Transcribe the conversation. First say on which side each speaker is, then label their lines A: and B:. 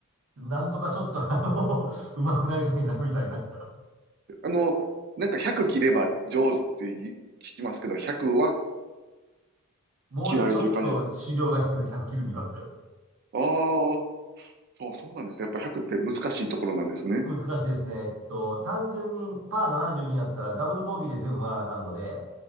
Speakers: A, on the right; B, on the right.
A: なんとかちょっと、<laughs> あの、<laughs> 上手くなりたいな、みたいな。
B: あの、なんか100切れば上手ってい聞きますけど、100は
A: もうちょっと修行が必要で、
B: 切られてる感じですね。
A: 100切るには。
B: ああ、そう、そうなんですね。やっぱ100って難しいところなんですね。
A: <laughs> 難しいですね。えっと、単純にパー72やったらダブルボギーで全部回らなあかんので、